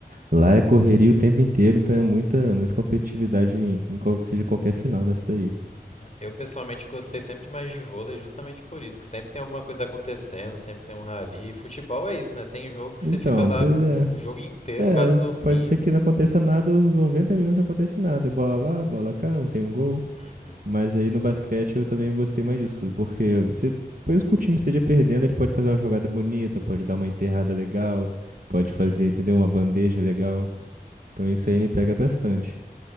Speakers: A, on the right (about 60°); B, on the left (about 45°).
A: Lá é correria o tempo inteiro, então é muita, muita competitividade em, em qual que seja qualquer final dessa aí.
B: Eu pessoalmente gostei sempre mais de vôlei justamente por isso, que sempre tem alguma coisa acontecendo, sempre tem um rally. Futebol é isso, né? Tem jogo que
A: Então,
B: você fica lá
A: pois
B: o
A: é.
B: jogo inteiro,
A: É,
B: quase dormindo.
A: pode ser que não aconteça nada, os 90 minutos não acontece nada. É bola lá, bola cá, não tem um gol.
B: Uhum,
A: Mas aí no basquete eu também gostei mais disso, porque você, mesmo que o time esteja perdendo, ele pode fazer uma jogada bonita, pode dar uma enterrada legal, pode
B: uhum.
A: fazer, entendeu? Uma bandeja legal. Então isso aí me pega bastante.